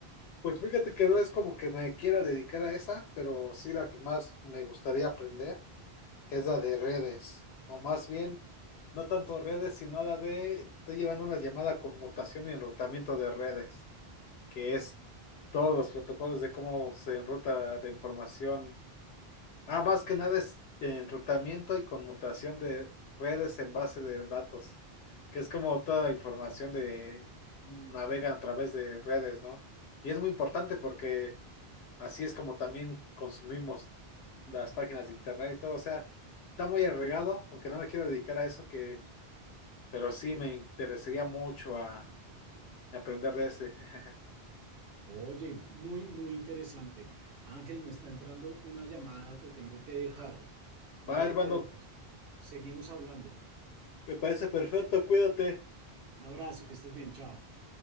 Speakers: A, on the left; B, on the right.
A: Pues fíjate que no es como que me quiera dedicar a esa, pero sí la que más me gustaría aprender es la de redes, o más bien, no tanto redes, sino la de, estoy llevando una llamada con mutación y enrutamiento de redes, que es todos los protocolos de cómo se enruta la información Ah, más que nada es enrutamiento y conmutación de redes en base de datos, que es como toda la información de navega a través de redes, ¿no? Y es muy importante porque así es como también consumimos las páginas de internet y todo, o sea, está muy agregado, aunque no me quiero dedicar a eso que, pero sí me interesaría mucho a, a aprender de ese. <laughs>
B: Oye, muy, muy interesante. Ángel, me está entrando una llamada, te tengo que dejar, ¿vale?
A: Va, hermano,
B: Pero seguimos hablando.
A: me parece perfecto, cuídate.
B: Un abrazo, que estés bien, chao.